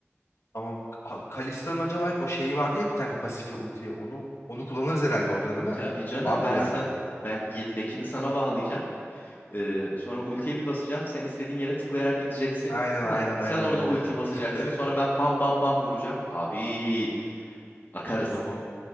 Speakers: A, on the left; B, on the left.
A: Tamam Ka- Kalista'nın acaba o şeyi vardı ya bir tane pasifi ulti. Onu onu kullanırız herhalde orada değil mi?
B: Tabii canım
A: Vardır
B: ben
A: yani.
B: san ben 7'dekini sana bağlayacağım. Ee, sonra ultiye bir basacağım. Sen istediğin yere tıklayarak gideceksin.
A: Aynen
B: Bak
A: aynen
B: sen
A: aynen
B: orada
A: aynen.
B: ulti basacaksın.
A: <laughs>
B: Sonra ben bam bam bam vuracağım. Abi akarız.
A: Tamam.